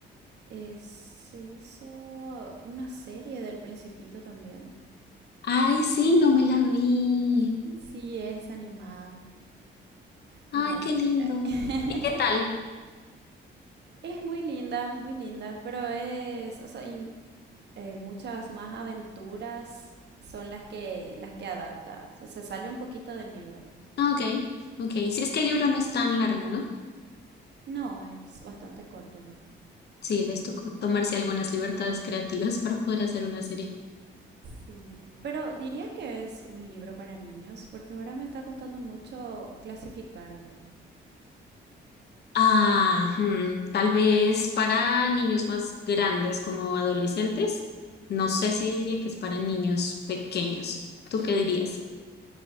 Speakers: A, on the right (about 60°); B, on the left (about 55°).
A: eh, se hizo una serie del Principito también.
B: Ay, sí, no me la vi.
A: Sí, es animada y
B: Ay,
A: la
B: qué
A: vi.
B: lindo.
A: la- <laughs>
B: ¿Y qué tal?
A: Es muy linda, muy linda, pero es, o sea, in- eh, muchas más aventuras son las que, las que adapta. O sea, se sale un poquito del libro.
B: Ah, Ok, ok. Sí, es que el libro no es tan largo, ¿no?
A: No, es bastante corto.
B: Sí, les tocó tomarse algunas libertades creativas para poder hacer una serie.
A: Sí, pero dirías que es un libro para niños, porque ahora me está costando mucho clasificarlo.
B: Ah, hmm, tal vez para niños más grandes como adolescentes. No sé si diría que es para niños pequeños. ¿Tú qué dirías?